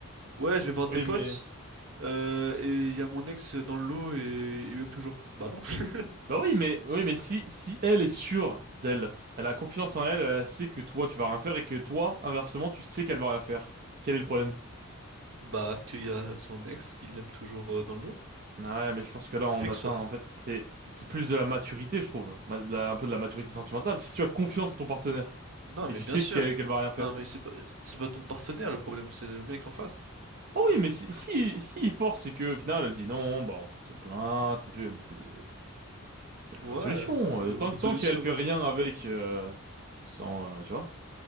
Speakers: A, on the right (about 65°); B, on the right (about 40°).
A: ouais, je vais voir des
B: oui,
A: potes,
B: mais.
A: euh, et il y a mon ex dans le lot et il m'aime toujours. Bah non. <laughs>
B: Bah oui, mais oui, mais si si elle est sûre d'elle, elle a confiance en elle, elle sait que toi tu vas rien faire et que toi, inversement, tu sais qu'elle va rien faire. Quel est le problème?
A: Bah, qu'il y a son ex qui l'aime toujours euh, dans le lot.
B: Ah ouais, mais je pense que là
A: Le
B: on
A: fait
B: atteint
A: qu'il soit.
B: en fait c'est c'est plus de la maturité, je trouve, Ma- de la- un peu de la maturité sentimentale. Si tu as confiance en ton partenaire
A: Non,
B: et
A: mais
B: tu
A: bien
B: sais
A: sûr.
B: qu'elle qu'elle va rien faire.
A: Non, mais c'est pas, c'est pas ton partenaire le problème, c'est le mec en face.
B: Ah oui, mais si si si il force c'est que au final elle dit non, bah on porte plainte, Enfin, tu vois, il y a beaucoup de il y a beaucoup
A: Ouais,
B: de
A: euh,
B: solutions.
A: beaucoup
B: Euh, tant que-
A: de
B: tant
A: solutions.
B: qu'elle fait rien avec euh, sans euh, tu vois.